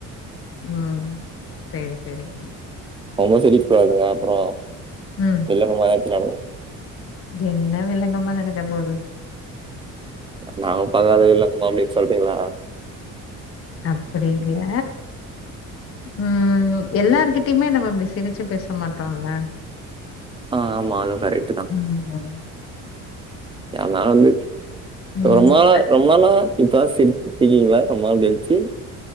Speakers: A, on the left; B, on the right.
A: ம் சேரி சேரிங்
B: ரொம்ப சிரிக் கூடாதுங்க அப்பறோ
A: உம்
B: இல்லங்க <unintelligible>
A: என்ன வில்லங்கமா நடக்கப் போது
B: நாங்களும் பாக்காத வில்லங்கமா அப்டின் சொல்டீங்களா
A: அப்படி இல்ல ம் எல்லாருகிட்டயுமே நம்ம இப்டி சிரிச்சு பேச மாட்டோல்ல
B: ஆ ஆமா அதுவு கரெக்ட்டு தா
A: ம்
B: அதனால வந்து
A: ம்
B: ரொம் நாளா ரொம் நாளா இப்பதா சிரி டிக்கிங்க்ளா ரொம்ப நாள் கழிச்சி